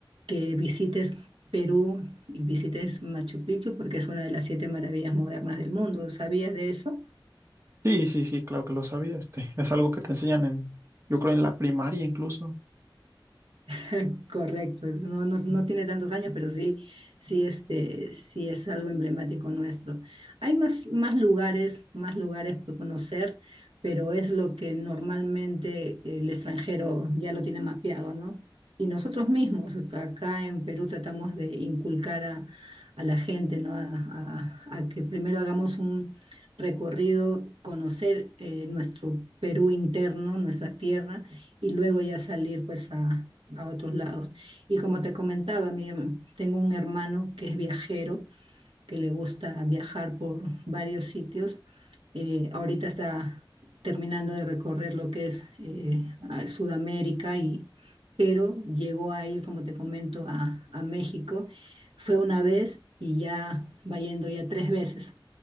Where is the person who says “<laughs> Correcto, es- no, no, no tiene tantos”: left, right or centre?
Right